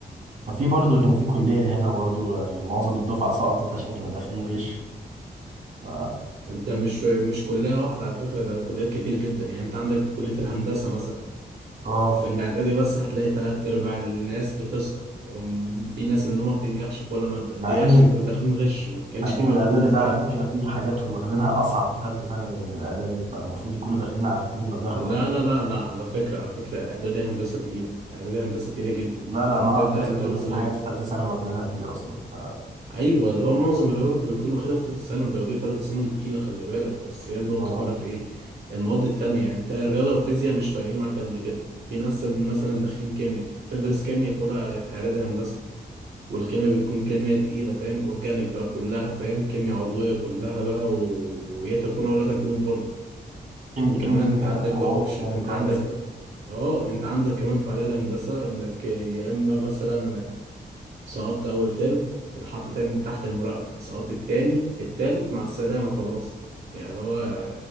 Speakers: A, on the right; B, on the right.
A: ففي برضه كان في كليه هنا برضه يعني معظم الدفعه سقطت عشان كانوا داخلين غش ف...
B: ده مش مش كلية واحدة على فكرة ده كليات كتير جدا يعني انت عندك كلية الهندسة مثلا
A: اه
B: في الإعدادي بس هتلاقي تلات أرباع الناس بتسقط وفي ناس منهم ما بتنجحش في ولا مادة
A: مع
B: ليه؟
A: ان
B: عشان كانوا داخلين غش ما كانش
A: مع ان
B: في مجهود
A: الاعدادي ده
B: فاهم؟
A: على فكره فيه حاجات واخدينها اصعب في ثالثه ثانوي من الاعدادي فالمفروض يكونوا داخلين عارفين لو دخلوا
B: لا
A: عن...
B: لا لا لا على فكرة على فكرة إعدادي هندسة تقيلة إعدادي هندسة تقيلة جدا يعني
A: لا
B: أنت
A: لا
B: بتبدأ
A: انا اعرف ناس
B: أنت
A: بيقولوا
B: مثلا
A: ده في حاجات في ثالثه ثانوي واخدينها فيه اصلا ف
B: أيوه اللي هو معظم الرياضة أنت بتكون واخدها في تالتة ثانوي الرياضة تالتة ثانوي تقيلة خلي بالك بس هي النقطة
A: و-
B: كلها في إيه؟ المواد التانية يعني أنت الرياضة والفيزياء مش فارقين معاك قد كده في ناس مثلا داخلين كيمياء أنت بتدرس كيمياء في أولى في إعدادي هندسة والكيمياء بتكون كيمياء تقيلة فاهم أورجانيك بقى كلها فاهم كيمياء عضوية كلها بقى و- ويا تكون ولا تكون برضه
A: الكيمياء
B: وكمان
A: الكيمياء
B: أنت عندك
A: دي حوار
B: بقى أوبشن
A: تاني
B: أنت
A: خالص
B: عندك بقى أه أنت عندك كمان في إعداد هندسة إنك يا إما مثلا سقطت أول ترم اتحط تاني تحت المراقبة سقطت التاني في التالت مع السلامة خلاص يعني اللي هو